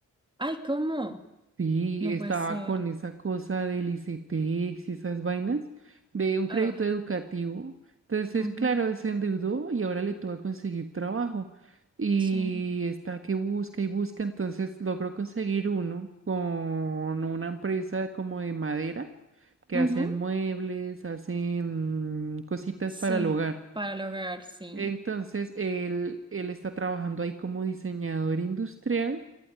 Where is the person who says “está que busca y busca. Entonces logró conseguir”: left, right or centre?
Right